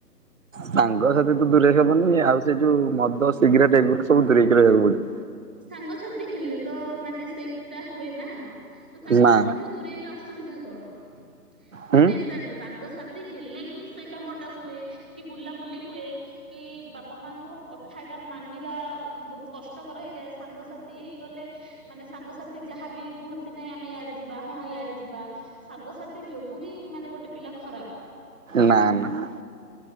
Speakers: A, on the right; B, in the centre.
A: ସାଙ୍ଗସାଥିଠୁ ଦୂରେଇ ହବନି। ଆଉ ସେ ଯୋଉ ମଦ ସେ ସିଗ୍ରେଟ୍ ଏଗୁରା ସବୁୂ ଦୂରେଇକି ରହିବାକୁ ପଡିବ।
B: ସାଙ୍ଗସାଥି ହେଲେ ତ, ମାନେ ସେଇଟା ହୁଏ ନା! ତ ସାଙ୍ଗସାଥିଠୁ
A: ନା
B: ଦୂରେଇଲେ ଅସୁବିଧା କଣ?
A: ହୁଁ
B: ନାଇଁ ନାଇଁ ସାର୍ ସାଙ୍ଗସାଥି ହେଲେ ହିଁ, ସେ କାମଟା ହୁଏ। କି ବୁଲାବୁଲି ହୁଏ? କି-ଇ ବାପା ମାଆଙ୍କର କଥାଟା ମାନିବା ବହୁତ କଷ୍ଟ। ଙ୍କ ର ହେଇଯାଏ। ସାଙ୍ଗସାଥି ହେଇଗଲେ ମାନେ ସାଙ୍ଗସାଥି ଯାହାବି କୁହନ୍ତି ନାଇ ଆମେ ଇଆଡେ ଯିବା ହଁ ଇଆଡେ ଯିବା। ସାଙ୍ଗସାଥି ଯୋଗୁ ହିଁ ମାନେ ଗୋଟେ ପିଲା ଖରାପ୍।
A: ନା ନା।